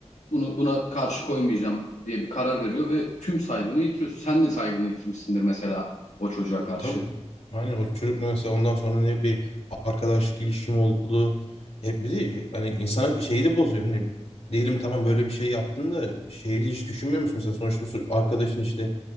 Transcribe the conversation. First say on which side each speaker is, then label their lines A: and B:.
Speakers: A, on the left; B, on the left.
A: bunu buna karşı koymayacağım diye bir karar veriyor ve tüm saygını yitiriyorsun. Sen de saygını yitirmişsindir mesela o çocuğa
B: Ya
A: karşı.
B: tabii aynen o çocukla mesela ondan sonra ne bir arkadaşlık ilişkim oldu. Hep bir de hani insana şeyi de bozuyor. Hani diyelim tamam böyle bir şey yaptın da şeyi de hiç düşünmüyor musun? Mesela sonuçta bu so- arkadaşın işte